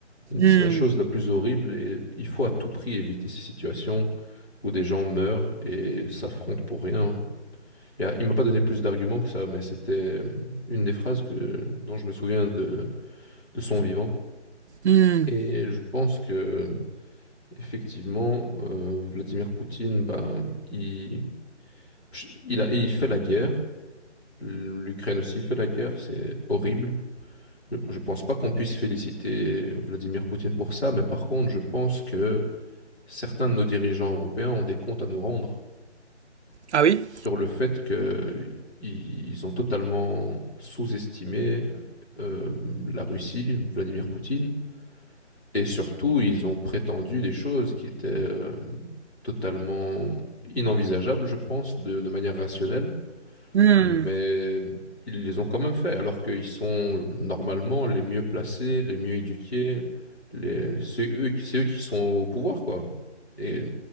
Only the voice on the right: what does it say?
Hmm,
hmm.
Ah oui?
Hmm,